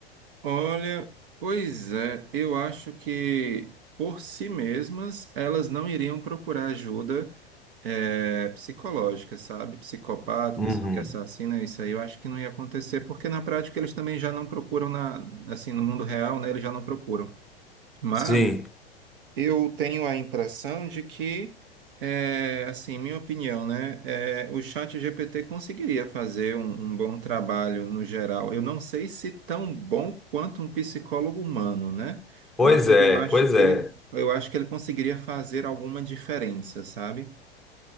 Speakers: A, on the right; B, in the centre.
A: Olha, pois é, eu acho que por si mesmas elas não iriam procurar ajuda é, psicológica, sabe? Psicopata,
B: Uhum.
A: pessoa que assassina, isso aí eu acho que não ia acontecer, porque na prática eles também já não procuram na, assim, no mundo real, né? Eles já não procuram. Mas
B: Sim.
A: Eu tenho a impressão de que, é, assim, minha opinião, né? É, o chat GPT conseguiria fazer um, um bom trabalho no geral. Eu não sei se tão bom quanto um psicólogo humano, né? Mas
B: Pois é,
A: eu acho
B: pois
A: que
B: é.
A: ele, eu acho que ele conseguiria fazer alguma diferença, sabe?